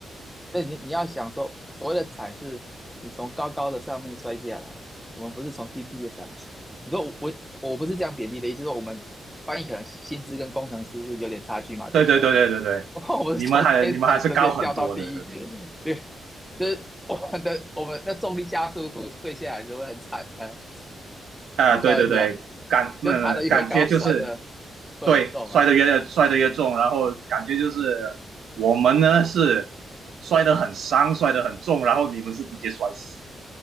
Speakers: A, in the centre; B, on the right.
A: 对，你你要想说，所谓的惨是，你从高高的上面摔下来，我们不是从低低的下来。你说我我不是这样贬低的意思，说我们翻译可能薪资跟工程师是有点差距嘛，
B: 对对对对对对，
A: 对不对？<laughs> 我们是从天堂直接掉到地狱，
B: 你们还你们还是高很多的，对
A: 对，就是我们的我们那重力加速度坠下来是会很惨的，
B: 啊、
A: 你知道意思吗？
B: 对对对，感那、
A: 就爬得越高，
B: 呃、感觉就是
A: 摔得会很重啊，
B: 对摔得越摔得越重，然后感觉就是我们呢是摔得很伤，摔得很重，然后你们是直接摔死，